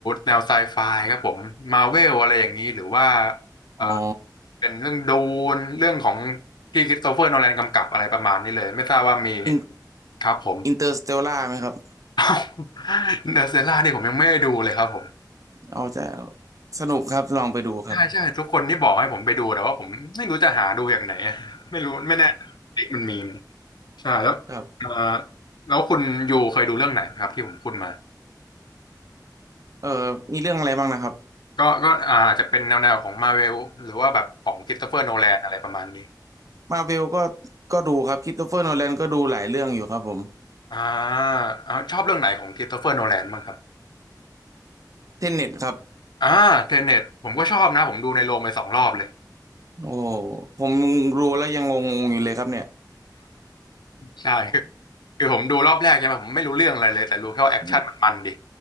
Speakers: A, on the left; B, on the right.
A: แนวไซไฟครับผมมาเวลอะไรอย่างนี้หรือว่าเอ่อ
B: อ๋อ
A: เป็นเรื่องดูนเรื่องของที่คริสโตเฟอร์โนแลนกำกับอะไรประมาณนี้เลย ไม่ทราบว่ามี
B: อิน
A: ครับผม
B: อินเตอร์สเตลล่าไหมครับ
A: <laughs> เนเตอร์เซล่านี่ผมยังไม่ได้ดูเลยครับผม
B: เอาจะสนุกครับลองไปดูครับ
A: ใช่ใช่ทุกคนที่บอกให้ผมไปดูแต่ว่าผมไม่รู้จะหาดูอย่างไหน <laughs> ไม่รู้ไม่แน่เด็กมันมีไหมใช่แล้วเอ่อ
B: <laughs> ครับ
A: แล้วคุณยูเคยดูเรื่องไหนครับที่ผมพูดมา
B: เออมีเรื่องอะไรบ้างนะครับ
A: ก็ก็อาจจะเป็นแนวแนวของมาเวลหรือว่าแบบของค h ิส s ตเฟอร์โนแลนอะไรประมาณนี้
B: มาเวลก็ก็ดูครับค h r สโตเฟอร์โนแลนก็ดูหลายเรื่องอยู่ครับผม
A: อ่าอ่าชอบเรื่องไหนของค h ิส s ตเฟอร์โนแลนบ้างครับ
B: เทนเน็ตครับ
A: อ่าเทเน็ตผมก็ชอบนะผมดูในโรงไปสองรอบเลย
B: โอ้ผมรู้แล้วยังงงๆอยู่เลยครับเนี่ย
A: ใช่ คือผมดูรอบแรกใช่ไหมผมไม่รู้เรื่องอะไรเลยแต่รู้แค่ว่าแอคชั่นมันมันดิ
B: <laughs>